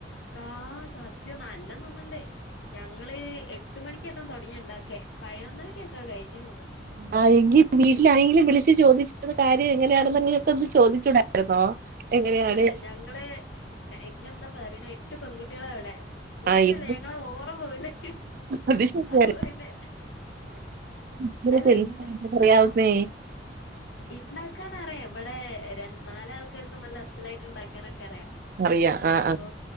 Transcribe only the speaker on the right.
ആ എങ്കി വീട്ടിലാരെങ്കിലും വിളിച്ചു ചോദിച്ചിരുന്ന കാര്യം എങ്ങനെയാണെന്നെങ്കിലൊക്കന്ന് ചോദിച്ചൂടായിരുന്നോ? എങ്ങനെയാണ്
ആ എന്ത്
അത് ശരിയാണ്
<unintelligible>
എന്തറിയാവുന്നേ
അറിയാം ആ
ആ